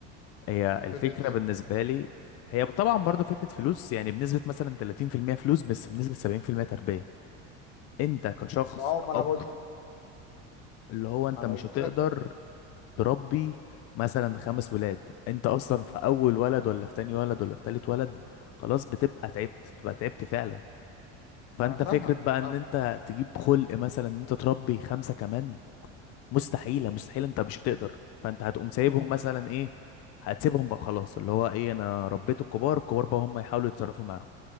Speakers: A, on the left (about 45°); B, on the left (about 75°).
A: هي الفكره
B: فكرة ايه؟
A: بالنسبه لي هي طبعا برضو فكره فلوس يعني بنسبه مثلا 30% فلوس بس بنسبه 70% تربيه انت كشخص
B: ما هو
A: كأب
B: ما انا قلت
A: اللي هو انت
B: انا
A: مش
B: قلت
A: هتقدر
B: لك
A: تربي مثلا خمس ولاد انت اصلا في اول ولد ولا في تاني ولد ولا في تالت ولد خلاص بتبقى تعبت بتبقى تعبت فعلا فانت
B: انا فاهمك
A: فكره بقى
B: انا فاهمك
A: ان انت تجيب خلق مثلا ان انت تربي خمسه كمان مستحيلة مستحيلة انت مش هتقدر فانت هتقوم سايبهم
B: مم.
A: مثلا ايه هتسيبهم بقى خلاص اللي هو ايه انا ربيت الكبار الكبار بقى هم يحاولوا يتصرفوا معاهم